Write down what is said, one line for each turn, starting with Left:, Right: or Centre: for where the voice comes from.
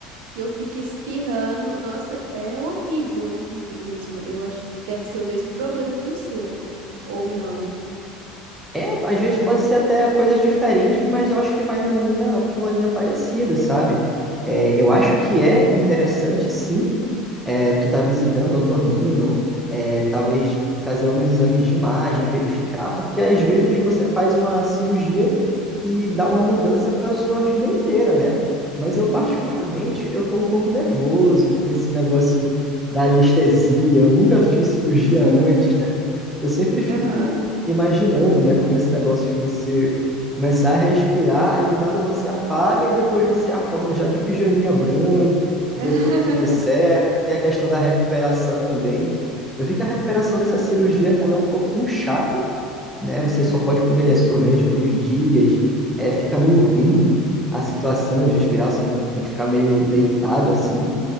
Right: e eu fico espirrando. Nossa, é horrível, horrível mesmo. Eu acho que deve ser o mesmo problema que o seu, ou não.
Centre: É, às vezes pode ser até coisas diferentes, mas eu acho que vai numa linha, numa linha parecida, sabe? É,
Right: Uhum,
Centre: eu acho que é interessante, sim, é, tu tá visitando otorrino, é, talvez fazer alguns exames de imagem, verificar, porque às vezes você faz uma cirurgia que dá uma mudança para a sua vida inteira, né? Mas eu particularmente,
Right: uhum.
Centre: eu tô um pouco nervoso com esse negócio da anestesia, eu nunca fiz cirurgia
Right: <laughs>
Centre: antes, né? Eu sempre fico
Right: Aham.
Centre: imaginando, né, como é esse negócio de você começar a respirar, aí do nada você apaga e depois você acorda já de pijaminha branco, depois
Right: <laughs>
Centre: tudo certo. Tem a questão da recuperação também. Eu vi que a recuperação dessa cirurgia ela é um pouquinho chata, né? Você só pode comer sorvete por uns dias, é, fica meio ruim
Right: Hum,
Centre: a situação de respirar, você não tem que ficar meio deitado assim.